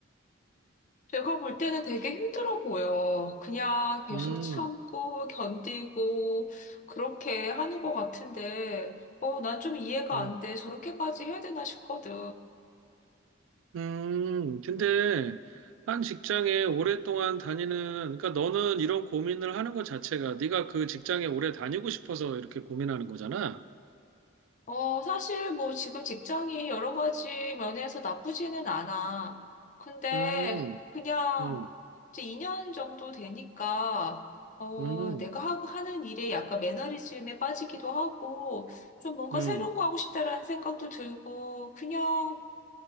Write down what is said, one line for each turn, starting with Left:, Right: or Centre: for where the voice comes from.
Left: 제가 볼 때는 되게 힘들어 보여. 그냥 계속
Right: 음,
Left: 참고, 견디고, 그렇게 하는 것 같은데, 어, 난 좀 이해가
Right: 음,
Left: 안 돼. 저렇게까지 해야 되나 싶거든.
Right: 음. 근데 한 직장에 오랫동안 다니는, 그러니까 너는 이런 고민을 하는 것 자체가 네가 그 직장에 오래 다니고 싶어서 이렇게 고민하는 거잖아.
Left: 어, 사실 뭐 지금 직장이 여러 가지 면에서 나쁘지는 않아. 근데
Right: 음,
Left: 그냥
Right: 음,
Left: 이제 2년 정도 되니까 어,
Right: 음,
Left: 내가 하고 하는 일에 약간 매너리즘에 빠지기도 하고 좀 뭔가
Right: 음.
Left: 새로운 거 하고 싶다라는 생각도 들고 그냥